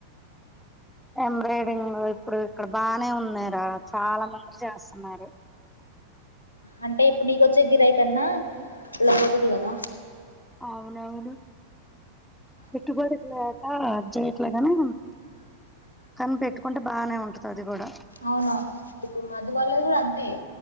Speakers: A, in the centre; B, on the left.
A: ఎంబ్రాయిడింగ్ ఇప్పుడు ఇక్కడ బానే ఉన్నార చాలా మంది చేస్తున్నారు.
B: అంటే ఇప్పుడు నీకొచ్చే గిరాయి కన్నా ఇలాపోతది కదా
A: అవును అవును ఇటు బాడీలు లేక జయం గానే కని పెట్టుకుంటే బాగానే ఉంటుది అది కూడా
B: అవునా ఇప్పుడు మధు వల్లి కూడా అంతే